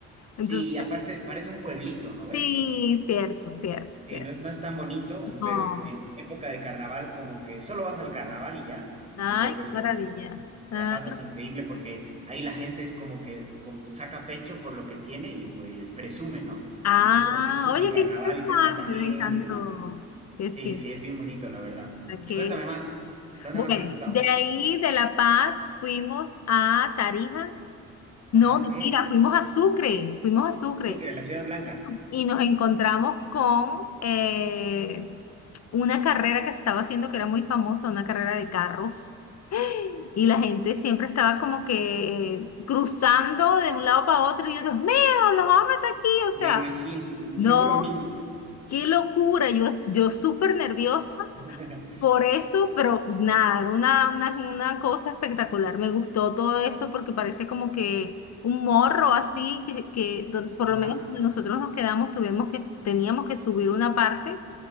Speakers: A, on the left (about 60°); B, on the right (about 20°).
A: Entonces,
B: Sí, y aparte parece un pueblito, ¿no ve?
A: sí, cierto, cierto,
B: Sí,
A: cierto.
B: no es, no es tan bonito, en- pero
A: No.
B: en época de carnaval como que solo vas al carnaval y ya.
A: Ay,
B: Entonces,
A: qué
B: pues
A: maravilla.
B: la
A: Ah,
B: pasas increíble porque ahí la gente es como que com- saca pecho por lo que tiene y pues presume, ¿no?
A: ah,
B: Dice como que este es
A: oye,
B: mi carnaval
A: qué interesante,
B: y te tratan bien
A: me encantó.
B: y demás.
A: Qué
B: Sí,
A: fin.
B: sí, es bien bonito, la verdad. Y
A: qué-
B: cuéntame más, ¿dónde
A: Bueno,
B: más has estado?
A: de ahí de La Paz fuimos a Tarija. No,
B: Ah,
A: mentira,
B: ok.
A: fuimos a Sucre, fuimos a Sucre.
B: Sucre, la Ciudad Blanca.
A: y nos encontramos con eh, una carrera que se estaba haciendo que era muy famosa, una carrera de carros. Y la gente siempre estaba como que eh, cruzando de un lado para otro. Y yo, Dios mío, los vamos a meter aquí. O
B: Me
A: sea,
B: imagino, y
A: no,
B: seguro niños.
A: qué locura. Yo, yo súper nerviosa.
B: <laughs>
A: Por eso, pero nada, era una, una, una cosa espectacular. Me gustó todo eso porque parece como que un morro así, que, que do- por
B: Ajá.
A: lo menos cuando nosotros nos quedamos, tuvimos que, s- teníamos que subir una parte.